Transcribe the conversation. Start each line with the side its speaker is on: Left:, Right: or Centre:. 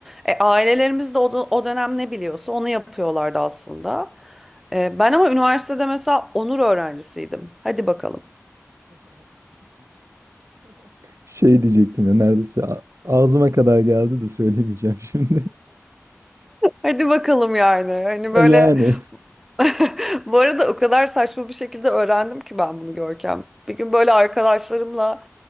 Centre: E, ailelerimiz de o, dö- o dönem ne biliyorsa onu yapıyorlardı aslında. E, ben ama üniversitede mesela onur öğrencisiydim. Hadi bakalım.
Right: Şey diyecektim ya neredeyse a- ağzıma kadar geldi de söylemeyeceğim şimdi.
Centre: Hadi bakalım yani. Hani
Right: <laughs>
Centre: böyle
Right: Yani
Centre: <laughs> bu arada o kadar saçma bir şekilde öğrendim ki ben bunu Görkem. Bir gün böyle arkadaşlarımla